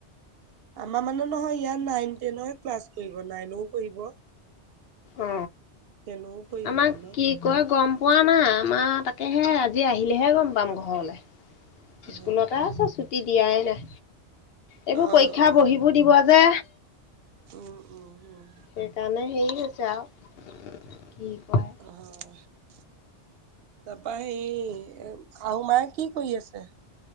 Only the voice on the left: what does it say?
অ,
আমাক
কি কয় গম পোৱা নাই আমাৰ তাকেহে আজি আহিলেহে গম পাম ঘৰলে।
স্কুলতে আছোঁ ছুটি দিয়াই নাই। এইবোৰ
পৰীক্ষা
বহিবোৰ দিব যে।
সেইকাৰণে হেৰি হৈছে আৰু কি কয়